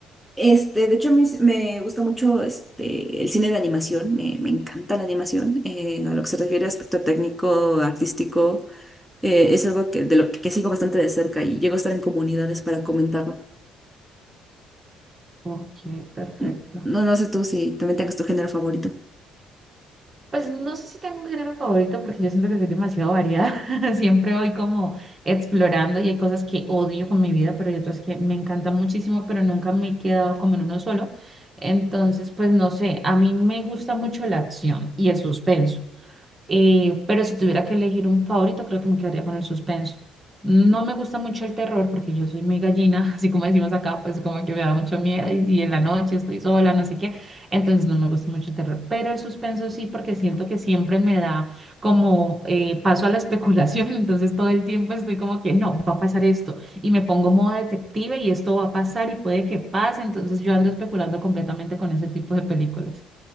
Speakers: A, in the centre; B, on the right.
A: Este, de hecho, a mí s- me gusta mucho este, el cine de animación, me, me encanta la animación, eh, a lo que se refiere a aspecto técnico, artístico, eh, es algo que, de lo que sigo bastante de cerca y llego a estar en comunidades para comentarlo.
B: Ok, perfecto.
A: N- No, no sé tú si también tengas tu género favorito.
B: Pues no sé si tengo un género favorito porque yo siento que soy demasiado variada. <laughs> Siempre voy como explorando y hay cosas que odio con mi vida, pero hay otras que me encantan muchísimo, pero nunca me he quedado como en uno solo. Entonces, pues no sé, a mí me gusta mucho la acción y el suspenso. Eh, pero si tuviera que elegir un favorito, creo que me quedaría con el suspenso. No me gusta mucho el terror porque yo soy muy gallina, <laughs> así como decimos acá, pues como que me da mucho miedo y si en la noche estoy sola, no sé qué, entonces no me gusta mucho el terror, pero el suspenso sí porque siento que siempre me da como eh, paso a la especulación, <laughs> entonces todo el tiempo estoy como que no, va a pasar esto y me pongo modo detective y esto va a pasar y puede que pase, entonces yo ando especulando completamente con ese tipo de películas.